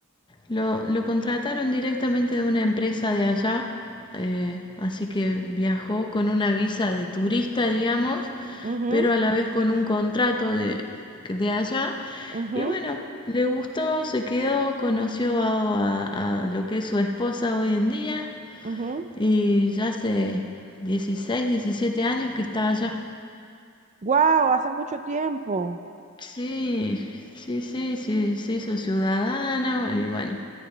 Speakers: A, on the left; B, on the right.
A: Lo, lo contrataron directamente de una empresa de allá, eh, así que viajó con una visa de turista, digamos,
B: ujú,
A: pero a la vez con un contrato de, de allá.
B: ujú,
A: Y bueno, le gustó, se quedó, conoció a, a- a lo que es su esposa hoy en día
B: ujú.
A: y ya hace 16, 17 años que está allá.
B: Guau, hace mucho tiempo.
A: Sí, sí, sí, sí, se hizo ciudadano y bueno,